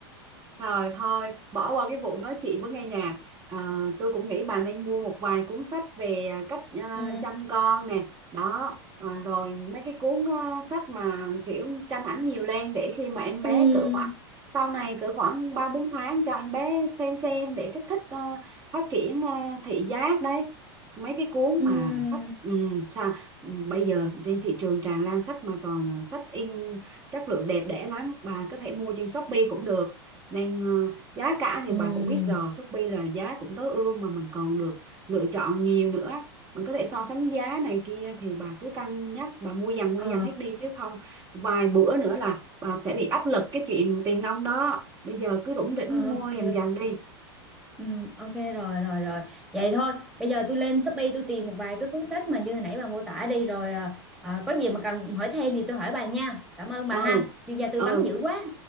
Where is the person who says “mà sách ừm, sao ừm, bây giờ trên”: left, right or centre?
Right